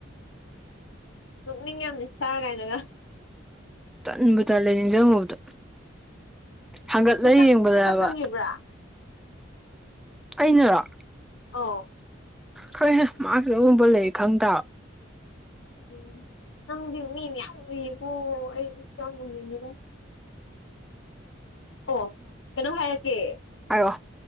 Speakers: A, on the left; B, in the centre.
A: ꯄꯨꯛꯅꯤꯡ ꯌꯥꯝ ꯁꯇꯥꯥ ꯀꯥꯏꯅꯒ
B: ꯇꯟꯕꯗ ꯂꯩ ꯅꯤꯡꯁꯤꯡꯉꯨꯕꯗꯣ ꯍꯥꯡꯒꯠꯂꯒ
A: ꯃꯁꯛ
B: ꯌꯦꯡꯕꯗꯕ
A: ꯃꯁꯛ ꯈꯪꯉꯤꯕ꯭ꯔꯥ
B: ꯑꯩꯅꯔꯣ
A: ꯑꯣ
B: ꯍꯣꯏ ꯃꯥꯁꯨ ꯑꯨꯝꯕ ꯂꯩ ꯈꯪꯗꯕ
A: ꯎꯝ ꯅꯪꯗꯤ ꯃꯤ ꯃ ꯌꯥꯝꯌꯥꯝ ꯎꯨꯏꯌꯦꯀꯣ ꯑꯩꯁꯨ ꯌꯥꯝ ꯃꯨꯅꯤꯡꯉꯦꯗ ꯑꯣ ꯀꯩꯅꯣ ꯍꯥꯏꯔꯛꯀꯦ
B: ꯑꯣ